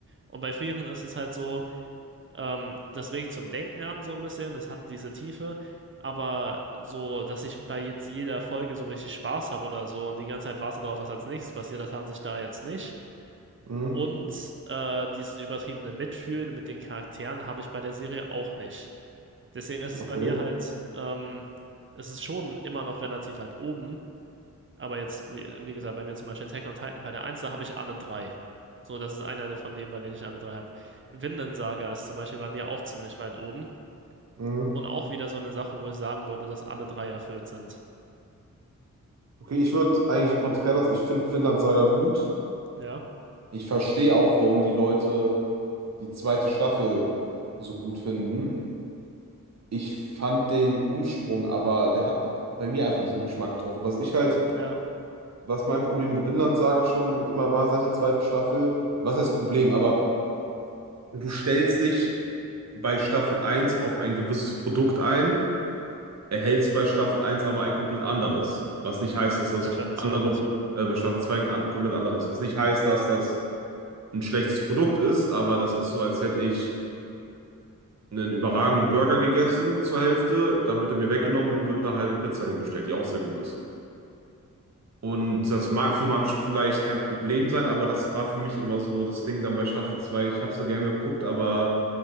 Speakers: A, on the right; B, on the right.
A: Und bei Frieren ist es halt so, ähm, das regt zum Denken an, so ein bisschen. Es hat diese Tiefe. Aber so, dass ich bei jetzt jeder Folge so richtig Spaß habe oder so und die ganze Zeit warte darauf, was als nächstes passiert, das hatte ich da jetzt nicht.
B: mhm,
A: Und äh, dieses übertriebene Mitfühlen mit den Charakteren habe ich bei der Serie auch nicht. Deswegen ist
B: okay,
A: es bei mir halt, ähm, es ist schon immer noch relativ weit oben. Aber jetzt, wie, wie gesagt, bei mir zum Beispiel Attack on Titan, bei der eins da habe ich alle drei. So, das ist einer von denen, bei denen ich alle drei habe. Vinland Saga ist zum Beispiel bei mir auch ziemlich weit oben.
B: mhm.
A: Und auch wieder so eine Sache, wo ich sagen würde, dass alle drei erfüllt sind.
B: Okay, ich würde eigentlich konträr dazu, ich finde Vinland Saga gut.
A: Ja,
B: Ich verstehe auch, warum die Leute die zweite Staffel so gut finden. Ich fand den Umsprung, aber der hat bei mir einfach nicht den Geschmack getroffen. Was ich halt,
A: ja,
B: was mein Problem mit Vinland Saga schon immer war seit der zweiten Staffel, was heißt Problem, aber du stellst dich bei Staffel eins auf ein gewisses Produkt ein, erhältst bei Staffel eins aber ein komplett anderes. Was nicht heißt, dass das
A: bei Staffel
B: andere,
A: 2 meinst du.
B: äh, bei Staffel 2 ein an- komplett anderes. Was nicht heißt, dass das ein schlechtes Produkt ist, aber das ist so, als hätte ich einen überragenden Burger gegessen zur Hälfte, dann wird er mir weggenommen,
A: Ja,
B: und mir wird eine halbe Pizza hingestellt, die auch sehr gut ist. Und das mag für manche vielleicht kein Problem sein, aber das war für mich immer so das Ding dann bei Staffel 2. Ich habe so gern geguckt, aber